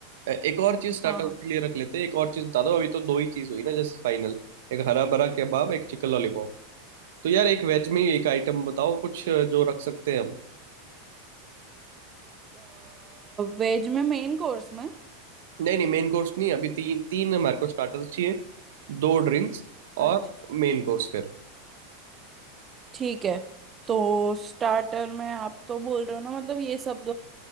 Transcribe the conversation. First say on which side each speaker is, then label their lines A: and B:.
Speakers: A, on the right; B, on the right.
A: <clears throat> एक और चीज स्टार्टर्स
B: हाँ
A: के लिए रख लेते हैं एक और चीज बता दो अभी तो दो ही चीज हुई ना जस्ट फाइनल एक हरा भरा कबाब एक चिकन लॉलीपॉप तो यार एक वेज में एक आइटम बताओ कुछ आ, जो रख सकते हैं हम
B: वेज में मेन कोर्स में
A: नहीं नहीं मेन कोर्स नहीं अभी तीन तीन हमारे को स्टार्टर्स चाहिए दो ड्रिंक्स
B: अच्छा
A: और मेन कोर्स
B: ठीक है तो स्टार्टर में आप तो बोल रहे हो ना मतलब ये सब